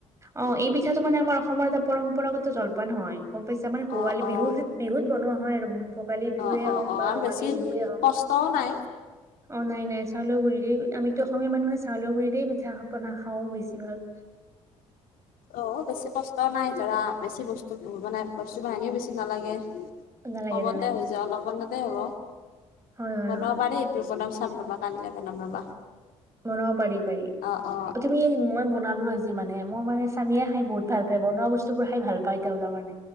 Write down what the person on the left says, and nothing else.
অ', অ',
অ অ
আৰু
বেছি
কষ্টও অ নাই
অ বেছি কষ্ট নাই দৰা বেছি বস্তু বানে বস্তু বাহানিও বেছি নালাগে
কমতে
হৈছে অলপমানতে হব
বনাব
পাৰি এইটো বনাম চাম ৰ'বা কাইলৈ বনাম ৰ'বা
অ অ